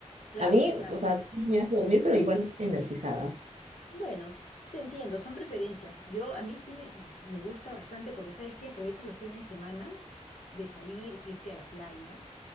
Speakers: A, on the left; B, on the right.
A: Claro,
B: A mí,
A: claro.
B: o sea, sí me hace dormir, pero igual energizada.
A: Bueno, te entiendo, son preferencias. Yo a mí sí me, me gusta bastante porque sabes que aprovecha los fines de semana de salir, irte a la playa.